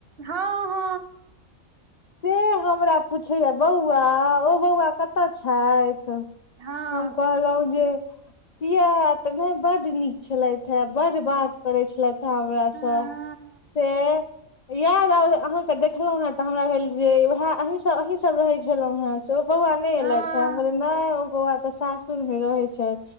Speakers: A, on the right; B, on the left.
A: हँ हँ
B: से हमरा पुछैये बौआ ओ बौआ कतऽ छथि तऽ
A: हँ
B: हम कहलौं जे किये तऽ नै बड्ड नीक छलथि हे बड्ड बात करै छलथि हे हमरासँ
A: हँ
B: से याद आवल अहाँके देखलहुँ है तऽ हमरा भेल जे वएह अ सब अहीं सभ रहै छलहुँ हे से ओ बौआ नहि
A: हँ
B: एलथि हे हम कहलै नहि ओ बौआ तऽ सासुर मे रहे छै